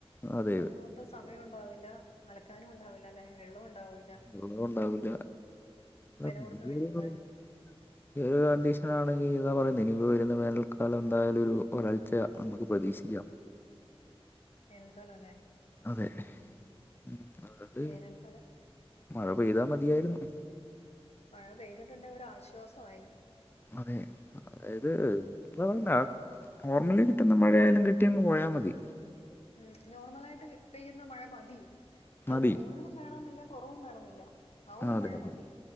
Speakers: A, on the left (about 20°); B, on the left (about 80°).
A: അതെ
B: അതിനൊന്നും ഒട്ടു സമയൊണ്ടാവില്ല അലക്കാനുണ്ടാവില്ല അല്ലെ വെള്ളോണ്ടാവില്ല.
A: വെള്ളോ ഉണ്ടാവുല്ല <unintelligible>
B: കൊടുത്ത് മേടിക്കേണ്ട
A: ഈ ഒരു കണ്ടീഷനാണെങ്കി എന്താ പറയുന്നെ ഇനിപ്പ വെരുന്ന വേനൽക്കാലം എന്തായാലും ഒരു വരൾച്ച നമുക്ക് പ്രതീക്ഷിക്കാം.
B: വേനൽകാലം അല്ലേ?
A: അതെ
B: ഉം
A: ഉം അതുകൊണ്ട്
B: വേനൽക്കാലം
A: മഴ പെയ്താ മതിയാരുന്നു.
B: മഴ പെയ്തിട്ടുണ്ടെ ഒര് ആശ്വാസായി.
A: അതെ അതായത് ഏഹ് എന്ത് കൊണ്ട നോർമലി കിട്ടുന്ന മഴയാലും കിട്ടിയങ്ങ് പോയാ മതി.
B: ഉം നോർമലായിട്ട് പെയ്യുന്ന മഴ മതി അതില്
A: മതി
B: കൂട് കൂടുതലും വേണന്നില്ല കൊറവും വേണന്നില്ല ആ ഒരു
A: അതെ
B: മഴ
A: അതെ
B: മതി,